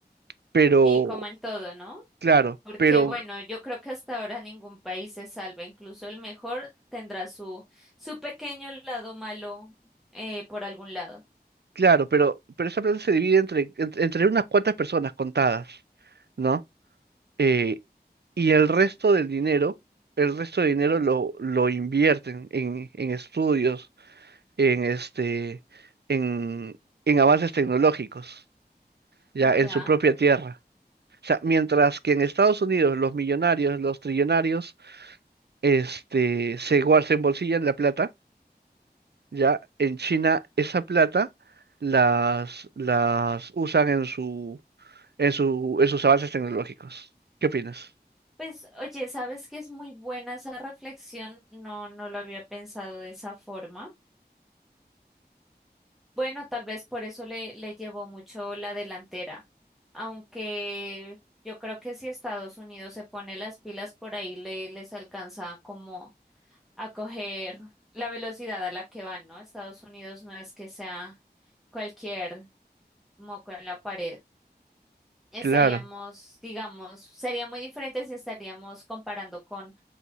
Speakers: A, on the right; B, in the centre.
A: Pero,
B: Y como todo, ¿no?
A: claro,
B: Porque
A: pero,
B: bueno, yo creo que hasta ahora ningún país se salva, incluso el mejor tendrá su, su pequeño lado malo eh, por algún lado.
A: claro, pero, pero esa plata se divide entre, en- entre unas cuantas personas contadas, ¿no? Eh, y el resto del dinero, el resto de dinero lo, lo invierten en, en estudios, en este, en, en avances tecnológicos, ya, en
B: Ya.
A: su propia tierra. O sea, mientras que en Estados Unidos los millonarios, los trillonarios, este, se, guar- se embolsillan la plata, ya en China esa plata las, las usan en su, en su, en sus avances tecnológicos. ¿Qué opinas?
B: Pues oye, ¿sabes que es muy buena esa reflexión? No, no lo había pensado de esa forma. Bueno, tal vez por eso le, le llevó mucho la delantera, aunque yo creo que si Estados Unidos se pone las pilas por ahí le, les alcanza como a coger la velocidad a la que van, ¿no? Estados Unidos no es que sea cualquier moco en la pared. Estaríamos,
A: Claro,
B: digamos, sería muy diferente si estaríamos comparando con